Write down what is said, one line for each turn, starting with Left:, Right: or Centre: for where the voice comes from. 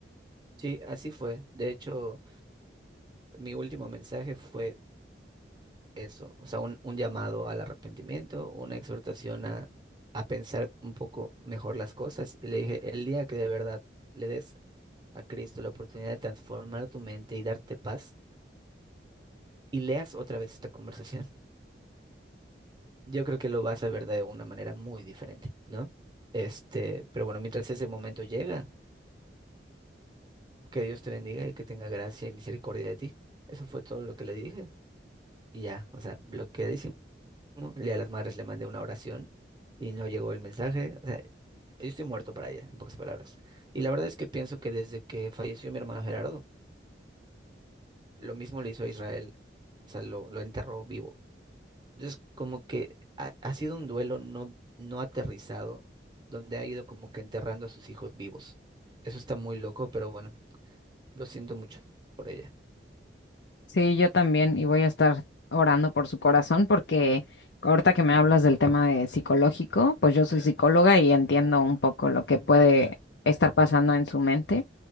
Right: Sí, así fue. De hecho, mi último mensaje fue eso, o sea, un, un llamado al arrepentimiento, una exhortación a, a pensar un poco mejor las cosas. Y le dije, el día que de verdad le des a Cristo la oportunidad de transformar tu mente y darte paz, y leas otra vez esta conversación Yo creo que lo vas a ver de una manera muy diferente, ¿no? Este, pero bueno, mientras ese momento llega, que Dios te bendiga y que tenga gracia y misericordia de ti. Eso fue todo lo que le dije. Y ya, o sea, bloqueadísimo. Le a las madres le mandé una oración y no llegó el mensaje. O sea, yo estoy muerto para ella, en pocas palabras. Y la verdad es que pienso que desde que falleció mi hermano Gerardo, lo mismo le hizo a Israel. O sea, lo, lo enterró vivo. Es como que ha, ha sido un duelo no, no aterrizado, donde ha ido como que enterrando a sus hijos vivos. Eso está muy loco, pero bueno, lo siento mucho por ella.
Left: Sí, yo también, y voy a estar orando por su corazón porque ahorita que me hablas del tema de psicológico, pues yo soy psicóloga y entiendo un poco lo que puede estar pasando en su mente.